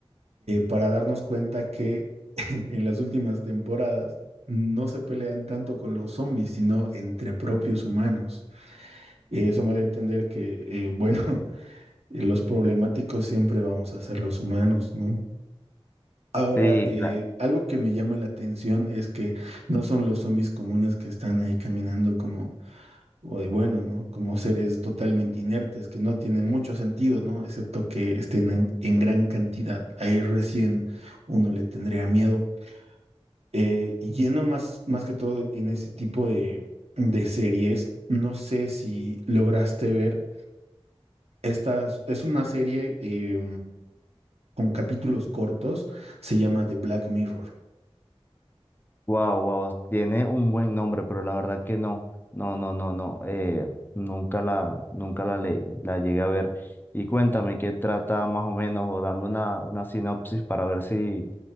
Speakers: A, on the right; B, on the left.
A: para darnos cuenta que <laughs> en las últimas temporadas no se pelean tanto con los zombies, sino entre propios humanos. Eh, eso me da a entender que, eh, bueno, <laughs> los problemáticos siempre vamos a ser los humanos, ¿no? Ahora,
B: Sí,
A: eh,
B: claro.
A: algo que me llama la atención es que no son los zombies comunes que están ahí caminando como o de bueno, ¿no? Como seres totalmente inertes, que no tienen mucho sentido, ¿no? Excepto que estén en, en gran cantidad. Ahí recién uno le tendría miedo. Eh, y yendo más, más que todo en ese tipo de, de series, no sé si lograste ver, esta es es una serie eh, con capítulos cortos, se llama The Black Mirror.
B: Wow, wow, tiene un buen nombre, pero la verdad que no, no, no, no, no, eh, nunca la, nunca la, le- la llegué a ver. Y cuéntame qué trata más o menos, o dame una, una sinopsis para ver si,